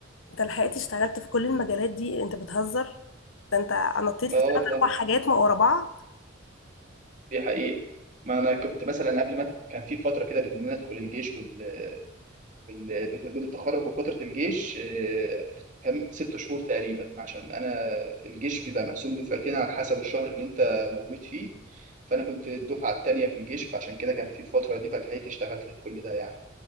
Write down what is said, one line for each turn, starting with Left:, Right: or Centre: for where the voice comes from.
Left: انت لحقت اشتغلت في كل المجالات دي انت بتهزر ده انت نطيت
Right: لا
Left: في ثلاث
Right: والله
Left: اربع حاجات ما ورا بعض
Right: دي حقيقه ما انا كنت مثلا قبل ما كان في فتره كده بين ما ندخل الجيش وال وال- بين التخرج وفتره الجيش آه، كان ست شهور تقريبا عشان انا الجيش بيبقى مقسوم دفعتين على حسب الشهر اللي انت موجود فيه فانا كنت الدفعه الثانيه في الجيش فعشان كده كان في الفتره دي فلحقت اشتغلت في كل ده يعني